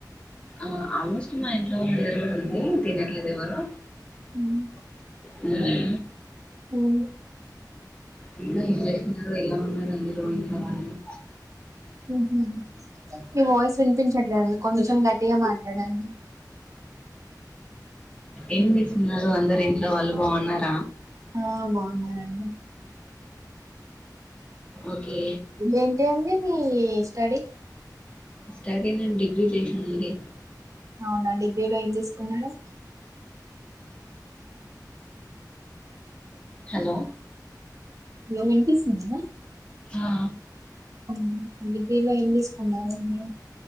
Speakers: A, on the left (about 15°); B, on the right (about 45°).
A: ఆ ఆల్మోస్ట్ మా ఇంట్లో అందరి కూడా ఉంది తినట్లేదు ఎవ్వరు
B: ఉమ్.
A: హ్మ్
B: ఎం చెప్
A: ఇంకా ఎం చేస్తున్నారో ఏమో ఉన్నారో ఇంట్లో అందరు
B: హ్మ్ మీ వాయిస్ వినిపించట్లేదండి కొంచెం గట్టిగా మాట్లాడండి మ్
A: ఎన్ని చిన్నారు వందర ఇంట్లో వలుభం ఉన్నార
B: ఆ బాగున్నరండి
A: ఓకే
B: ఇేంటి అండి మీ స్డి
A: స్టాటిన్ డిగ్రీ చేసింది
B: అవునా డిగ్రీలో ఏం తీసుకున్నారు
A: హలో
B: హలో ఉంటేస్తుంది
A: ఆ
B: అవు డిగ్రీలో ఏం తీసుకున్నారు మీరు